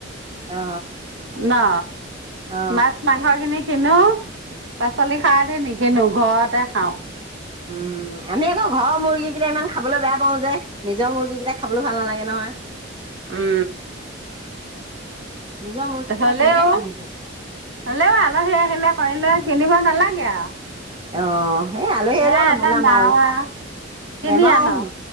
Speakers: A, on the right; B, on the right.
A: অ
B: ন
A: অ
B: মাছ মাংস খিনি কিনো পাচলি খাৰ দি নিকিনো ঘৰতে খাওঁ।
A: উম আমি আকৌ ঘৰৰ মুৰ্গী কেইটা ইমান খাবলৈ বেয়া পাও যে নিজৰ মুৰ্গী কেইটা খাবলৈও ভাল নালাগে নহয়।
B: উ।
A: নিজৰ মুৰ্গী কেইটা
B: হ'লেও
A: কেনেকে খাবি তই?
B: হ'লেও আলহী আহিলে কৰিলে কিনিব নালাগে আৰু
A: অ। সেই আলহী
B: হে
A: আহিলেও নবনা‌
B: এটা
A: নেমাৰু
B: নাও আৰু কিনি
A: নেমাও।
B: আনক